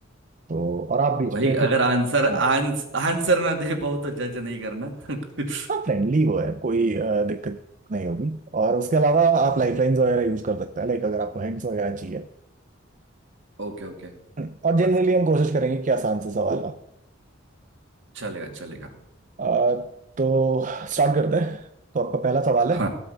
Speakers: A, on the right (about 40°); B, on the right (about 65°).
A: तो और आप बीच
B: भाई
A: पे खुद
B: अगर आंसर आंस,
A: हाँ
B: आंसर ना दे पाओ तो जज नहीं करना <laughs>
A: हाँ फ्रेंडली वो है कोई अ, दिक्कत नहीं होगी और उसके अलावा आप लाइफलाइंस वगैरह यूज कर सकते हैं लाइक अगर आपको हिंट्स वगैरह चाहिए
B: Okay okay
A: हम्म, और जनरली
B: परफेक्ट
A: हम कोशिश करेंगे कि आसान से सवाल हो
B: चलेगा चलेगा
A: अ, तो स्टार्ट करते हैं तो आपका पहला सवाल है
B: हाँ